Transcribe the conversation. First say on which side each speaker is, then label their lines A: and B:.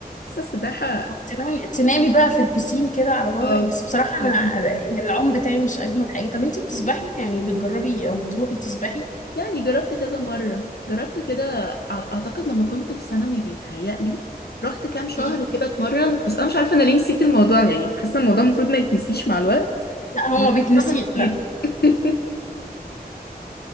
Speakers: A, on the left; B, on the left.
A: حاسه السباحه
B: تنامي تنامي بقى في البسين كده على ظهرك
A: اه
B: بس بصراحة انا
A: لذيذه
B: العوم بتاعي مش اجمل حاجة طب انتي بتسبحي يعني بتجربي او بتروحي تسبحي
A: يعني جربت كذا مره جربت كده أع- اعتقد لما كنت في ثانوي بيتهيألي رحت كام شهر
B: مم.
A: كده اتمرن بس انا مش عارفه انا ليه نسيت الموضوع يعني حاسه الموضوع المفروض ما يتنسيش مع الوقت
B: لا
A: <laughs>
B: هو
A: بس
B: ما بيتنسيش
A: أنا
B: لا
A: نسيته. <laughs>